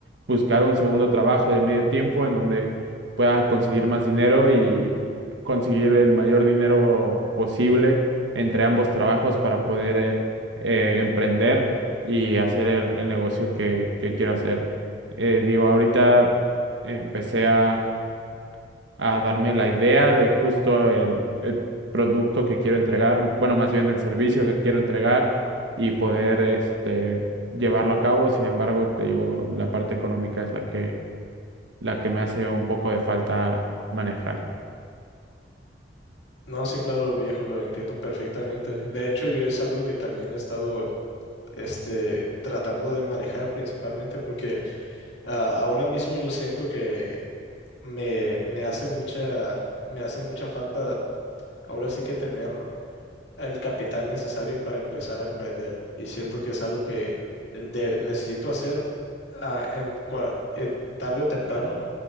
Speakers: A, on the right; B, on the left.
A: buscar un segundo trabajo de medio tiempo en donde pueda conseguir más dinero y conseguir el mayor dinero posible entre ambos trabajos para poder eh, eh, emprender y hacer el, el negocio que, que quiero hacer. Eh, digo, ahorita empecé a a darme la idea de justo el, el producto que quiero entregar, bueno, más bien el servicio que quiero entregar y poder este, llevarlo a cabo. Sin embargo, te digo, la parte económica es la que, la que me hace un poco de falta manejar.
B: No, sí, claro, viejo, lo entiendo perfectamente. De hecho, yo es algo que también he estado este, tratando de manejar principalmente porque ah, ahora mismo yo siento que me, me hace mucha, me hace mucha falta ahora sí que tener el capital necesario para empezar a emprender y siento que es algo que de- necesito hacer ah, en, cua- en tarde o temprano